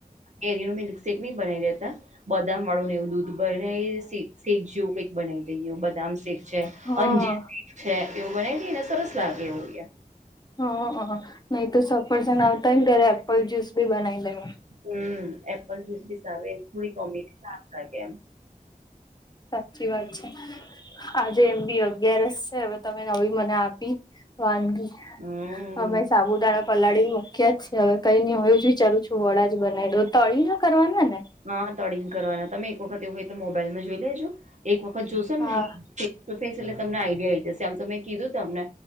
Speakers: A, on the right (about 50°); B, on the left (about 25°).
A: કેરી નુ મિલ્કશેેક નહી બનાવી દેતા. બદામ વાળું ને એવું દૂધ બને શેક જેવું કઈક બનાવી દઈ. બદામ શેખ છે
B: હા
A: અંજીર શેખ છે એવું બનાવી દઈને સરસ લાગે એવું
B: હ હ નહી તો સફરસન આવતા હો ને ત્યારે એપલ જ્યુસ બી બનાવી દેવાય.
A: હમ એપલ જ્યુસ બી સાર થોડી કોમી સાફ લાગે એમ
B: સાચી વાત છે આજે એમ બી અગિયારસ છે હવે તમે નવી મને આપી વાનગી
A: હમ
B: અમે સાબુદાણા પલાળી મૂક્યા જ છે હવે કઈ નઈ હું જ વિચારું છું વડા જ બનાવી તો તળી ના કરવાના ને
A: હા તડિને કરવાના તમે એક વખત એવું હોય તો મોબાઈલમાં જોઈ લેજો એક વખત જોશો ને
B: હા
A: એકસ એટલે તમને આઈડિયા આ આવીઈ જશે આમ તો મેં કીધું ત તમને